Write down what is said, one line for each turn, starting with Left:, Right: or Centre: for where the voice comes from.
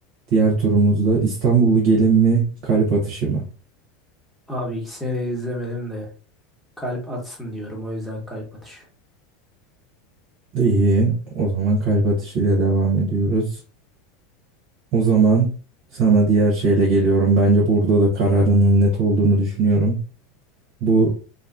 Right: Diğer turumuzda İstanbullu gelin mi kalp atışı mı?
Centre: Abi ikisini de izlemedim de kalp atsın diyorum o yüzden kalp atışı.
Right: İyi o zaman kalp atışıyla devam ediyoruz. O zaman sana diğer şeyle geliyorum. Bence burada da kararının net olduğunu düşünüyorum. Bu